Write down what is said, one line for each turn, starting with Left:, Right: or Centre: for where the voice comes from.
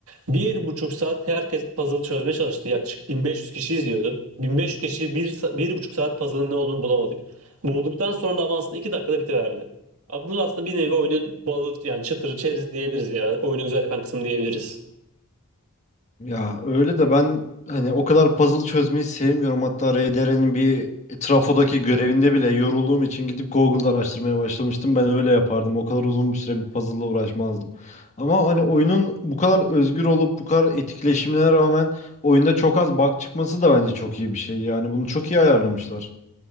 Right: Bir buçuk saat herkes puzzle çözmeye çalıştı. Yaklaşık 1500 kişi izliyordu. 1500 kişi bir, bir buçuk saat puzzle'ın ne olduğunu bulamadık. Bulduktan sonra da ama aslında iki dakikada bitiverdi. Abi bu aslında bir nevi oyunun balı yani çıtırı çerezi diyebiliriz ya. Oyunu güzel yapan kısım diyebiliriz.
Left: Ya öyle de ben hani o kadar puzzle çözmeyi sevmiyorum. Hatta RDR'nin bir trafodaki görevinde bile yorulduğum için gidip Google'da araştırmaya başlamıştım. Ben öyle yapardım. O kadar uzun bir süre bir puzzle'la uğraşmazdım. Ama hani oyunun bu kadar özgür olup bu kadar etkileşimine rağmen oyunda çok az bug çıkması da bence çok iyi bir şey. Yani bunu çok iyi ayarlamışlar.